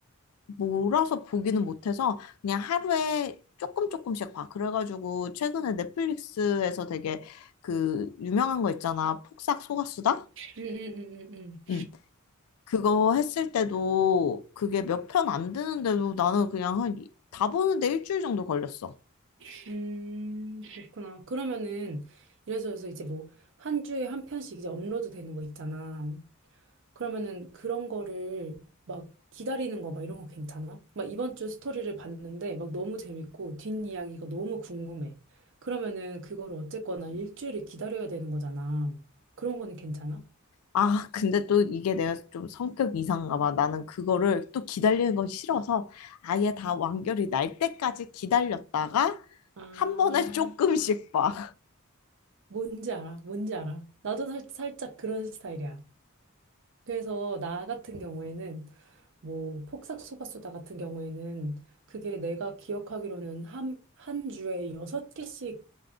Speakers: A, on the left; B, on the right.
A: 몰아서 보기는 못해서 그냥 하루에 조금 조금씩 봐. 그래가지고 최근에 넷플릭스에서 되게 그 유명한 거 있잖아. 폭삭 속았수다?
B: 음, 음, 음, 음,
A: 응. 그거 했을 때도 그게 몇 편 안 되는데도 나는 그냥 한, 이- 다 보는데 일주일 정도 걸렸어.
B: 음. 음, 그렇구나. 그러면은 이래저래서 이제 뭐 한 주에 한 편씩 이제 업로드 되는 거 있잖아. 그러면은 그런 거를 막 기다리는 거 막 이런 거 괜찮아? 막 이번 주 스토리를 봤는데 막 너무 재밌고 뒷이야기가 너무 궁금해. 그러면은 그거를 어쨌거나 일주일을 기다려야 되는 거잖아. 그런 거는 괜찮아?
A: 아, 근데 또 이게 내가 좀 성격 이상인가 봐. 나는 그거를 또 기다리는 건 싫어서 아예 다 완결이 날 때까지 기다렸다가
B: 아,
A: 한 번에 <laughs> 조금씩 봐.
B: 뭔지 알아? 뭔지 알아? 나도 살, 살짝 그런 스타일이야. 그래서 나 같은 경우에는 뭐 폭삭 속았수다 같은 경우에는 그게 내가 기억하기로는 한, 한 주에 여섯 개씩